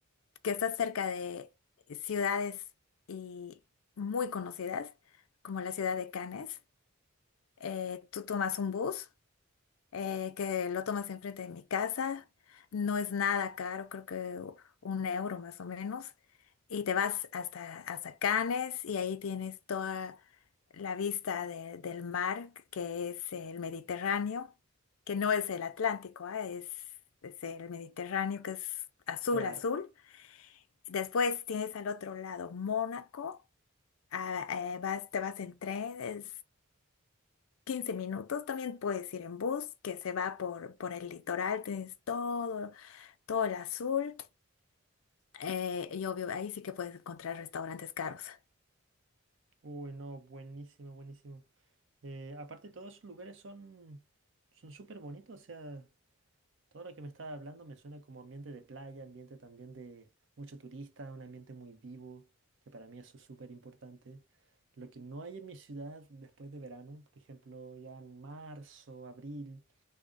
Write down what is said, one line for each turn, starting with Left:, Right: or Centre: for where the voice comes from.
Left: que está cerca de ciudades y muy conocidas, como la ciudad de Cannes. Eh, tú tomas un bus eh, que lo tomas enfrente de mi casa. No es nada caro, creo que un euro más o menos. Y te vas hasta, hasta Cannes y ahí tienes toda la vista de- del mar, que es el Mediterráneo, que no es el Atlántico, ah, Es, es el Mediterráneo, que es azul,
Right: Claro.
Left: azul. Después tienes al otro lado Mónaco, ah, eh, vas, te vas en tren, 15 minutos, también puedes ir en bus que se va por, por el litoral, tienes todo, todo el azul eh, y obvio ahí sí que puedes encontrar restaurantes caros.
Right: Uy, no, buenísimo, buenísimo. Eh, aparte, todos esos lugares son son súper bonitos, o sea, Todo lo que me estaba hablando me suena como ambiente de playa, ambiente también de mucho turista, un ambiente muy vivo, que para mí eso es súper importante. Lo que no hay en mi ciudad después de verano, por ejemplo, ya en marzo, abril,